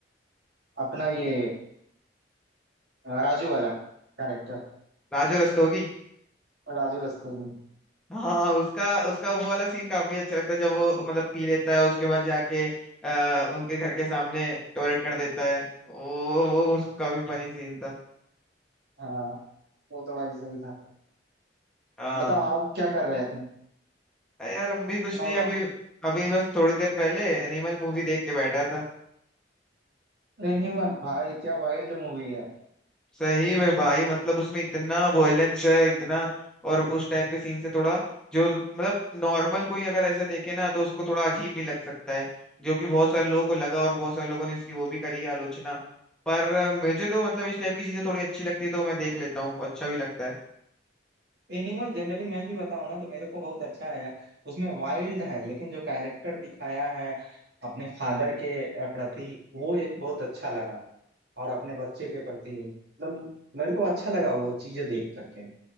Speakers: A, on the right (about 65°); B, in the centre.
A: अपना ये आ, राजू वाला कैरेक्टर
B: राजू रस्तोगी
A: राजू रस्तोगी
B: हाँ उसका उसका वो वाला सीन काफी अच्छा लगता है जब वो मतलब पी लेता है उसके बाद जाके आ, उनके घर के सामने टॉयलेट कर देता है वो वो उसका भी फनी सीन था
A: हाँ वो तो भाई सही था
B: हाँ
A: बताओ आप क्या कर रहे थे
B: अरे यार हम भी कुछ
A: मैं
B: नहीं
A: बताऊं
B: अभी अभी बस थोड़ी देर पहले एनिमल मूवी देख के बैठा था
A: एनिमल भाई क्या वाइल्ड मूवी है
B: सही में भाई मतलब उसमें इतना वॉयलेंस है इतना और उस टाइप के सीन से थोड़ा जो मतलब नॉर्मल कोई अगर ऐसे देखे ना तो उसको थोड़ा अजीब भी लग सकता है जो कि बहुत सारे लोगों को लगा और बहुत सारे लोगों ने इसकी वो भी करी आलोचना पर अ, मुझे तो मतलब इस टाइप की चीजें थोड़ी अच्छी लगती है तो मैं देख लेता हूँ अच्छा भी लगता है
A: एनिमल जनरली मैं भी बताऊं ना तो मेरे को बहुत अच्छा आया उसमें वाइल्ड है लेकिन जो कैरेक्टर दिखाया है अपने फादर के प्रति वो एक बहुत अच्छा लगा और अपने बच्चे के प्रति मतलब मेरे को अच्छा लगा वो चीजें देख करके